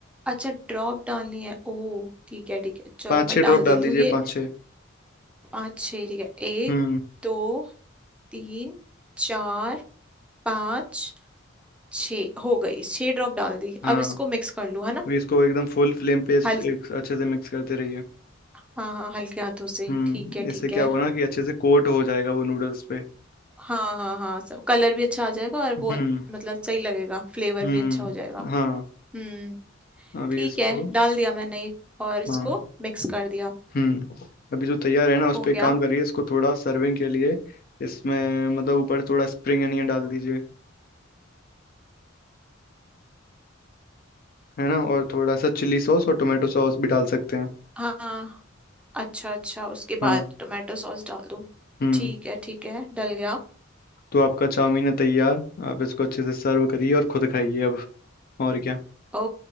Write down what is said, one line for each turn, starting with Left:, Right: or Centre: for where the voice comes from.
Centre: अच्छा ड्रॉप डालनी है ओ ठीक है ठीक है चलो
Left: पाँच छः
Centre: मैं डाल
Left: ड्रॉप डाल
Centre: देती
Left: दीजिए
Centre: हूँ ये
Left: पाँच छः
Centre: पाँच छः ठीक है एक
Left: हम्म
Centre: दो तीन चार पाँच छः हो गई छः ड्रॉप डाल दी
Left: हाँ
Centre: अब इसको मिक्स कर लूँ है ना
Left: अभी इसको एकदम फुल फ्लेम पे इस,
Centre: हल
Left: एक अच्छे से मिक्स करते रहिए
Centre: हाँ हाँ हल्के हाथों से
Left: हम्म
Centre: ठीक है
Left: इससे
Centre: ठीक
Left: क्या
Centre: है
Left: होगा ना कि अच्छे से कोट हो जाएगा वो नूडल्स पे
Centre: हाँ हाँ हाँ सब कलर भी अच्छा आ जाएगा और वो
Left: हम्म
Centre: अच्छ- मतलब सही लगेगा फ्लेवर
Left: हम्म
Centre: भी अच्छा हो जाएगा
Left: हाँ
Centre: हम्म
Left: अभी
Centre: ठीक
Left: इसको
Centre: है डाल दिया मैंने एक और इसको
Left: हाँ
Centre: मिक्स कर दिया
Left: हम्म अभी जो तैयार है ना उस
Centre: हो
Left: पर एक
Centre: गया
Left: काम करिए इसको थोड़ा सर्विंग के लिए इसमें मतलब ऊपर थोड़ा स्प्रिंग अनियन डाल दीजिए है ना और थोड़ा सा चिली सॉस और टोमेटो सॉस भी डाल सकते हैं
Centre: हाँ अच्छा अच्छा उसके
Left: हाँ
Centre: बाद टोमेटो सॉस डाल दूँ
Left: हम्म
Centre: ठीक है ठीक है डल गया
Left: तो आपका चाउमीन है तैयार आप इसको अच्छे से सर्व करिए और खुद खाइए अब और क्या
Centre: ओ